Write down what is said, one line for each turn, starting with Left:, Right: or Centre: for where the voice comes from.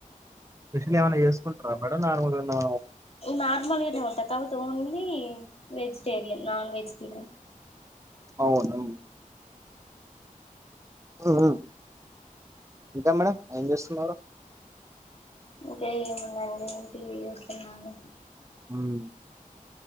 Right: స్పెషల్ ఏమైన చేసుకుంటారా మేడం నార్మల్గా నా
Left: నార్మల్గానే ఉంటాయ్ తర్వాత ఓన్లీ వెజిటేరియన్ నాన్ వెజిటేరియన్
Right: అవును అ అవును ఇంకా మేడంమ్ ఏం చేస్తున్నారు
Left: ఇంకే ముందండి నేన్ టీవీ చూస్తున్నాను
Right: ఉమ్